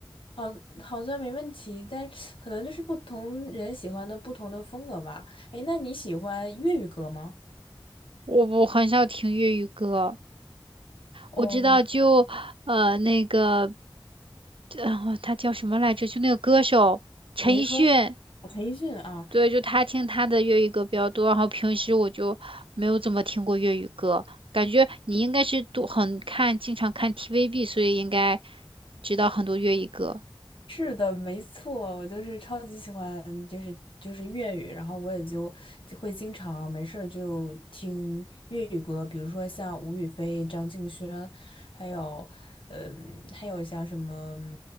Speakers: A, on the left (about 75°); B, on the right (about 85°).
A: 好，好像没问题，但是可能就是不同人喜欢的不同的风格吧。哎，那你喜欢粤语歌吗？
B: 我我很少听粤语歌，
A: 哦，
B: 我知道就呃那个呃他叫什么来着？就那个歌手陈奕迅，
A: 林峰、陈奕迅啊，
B: 对，就他听他的粤语歌比较多，然后平时我就没有怎么听过粤语歌。感觉你应该是都很看，经常看 TVB，所以应该知道很多粤语歌。
A: 是的，没错，我就是超级喜欢，就是就是粤语，然后我也就就会经常没事儿就听粤语歌，比如说像吴雨霏、张敬轩，还有嗯，还有像什么